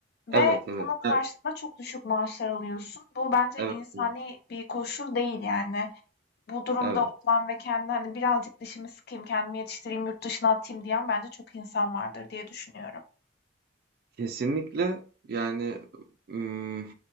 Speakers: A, on the left (about 55°); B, on the right (about 50°).
A: ve
B: Evet, evet.
A: bunun karşılığında
B: E,
A: çok düşük maaşlar alıyorsun. Bu bence
B: Evet,
A: insani
B: evet.
A: bir koşul değil yani. Bu durumda
B: Evet.
A: olan ve kendini, hani, birazcık dişimi sıkayım, kendimi yetiştireyim, yurt dışına atayım diyen bence çok insan vardır diye düşünüyorum.
B: Kesinlikle yani ım,